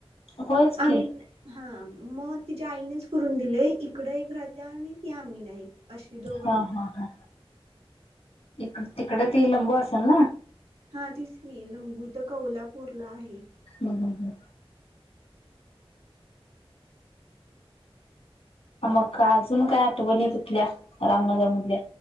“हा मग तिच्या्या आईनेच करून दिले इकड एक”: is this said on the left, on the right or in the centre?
Right